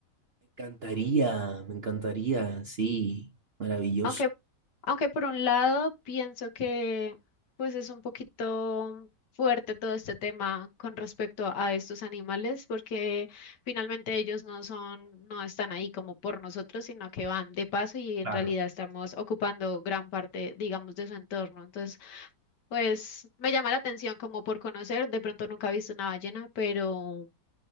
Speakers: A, on the right; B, on the left.
A: encantaría, me encantaría, sí, maravilloso.
B: Aunque, aunque por un lado pienso que pues es un poquito fuerte todo este tema con respecto a estos animales, porque finalmente ellos no son, no están ahí como por nosotros, sino que van de paso y en
A: Claro.
B: realidad estamos ocupando gran parte, digamos, de su entorno. Entonces Pues me llama la atención como por conocer, de pronto nunca he visto una ballena, pero,